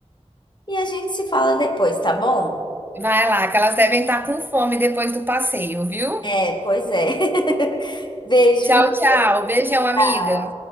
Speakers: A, on the left; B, on the right.
A: E a gente se fala depois, tá bom?
B: Vai lá, que elas devem estar com fome depois do passeio, viu?
A: É, pois é. <laughs> Beijo
B: Tchau,
A: e
B: tchau. Beijão,
A: tchau.
B: amiga.